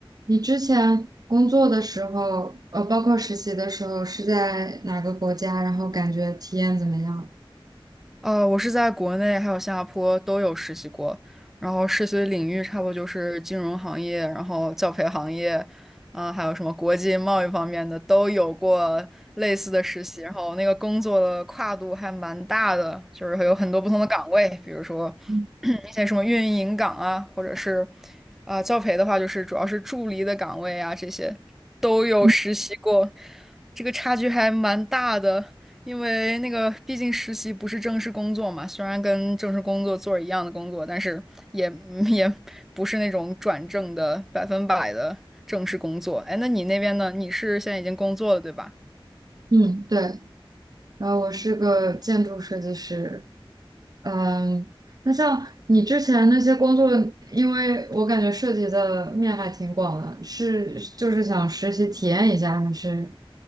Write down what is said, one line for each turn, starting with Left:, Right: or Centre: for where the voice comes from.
Right: 你之前工作的时候，呃，包括实习的时候是在哪个国家？然后感觉体验怎么样？
Centre: 呃，我是在国内还有新加坡都有实习过，然后实习的领域差不多就是金融行业，然后教培行业，啊、还有什么国际贸易方面的都有过类似的实习，然后那个工作的跨度还蛮大的，就是会有很多不同的岗位，比如说
Right: 嗯
Centre: <clears throat> 一些什么运营岗啊，或者是啊、教培的话，就是主要是助理的岗位啊，这些都有实习过，
Right: 嗯，
Centre: 这个差距还蛮大的。因为那个毕竟实习不是正式工作嘛，虽然跟正式工作做一样的工作，但是也嗯 <laughs> 也不是那种转正的百分百的正式工作。哎，那你那边呢？你是现在已经工作了，对吧？
Right: 嗯，对。然后我是个建筑设计师。嗯，那像你之前那些工作，因为我感觉涉及的面还挺广的，是就是想实习体验一下，还是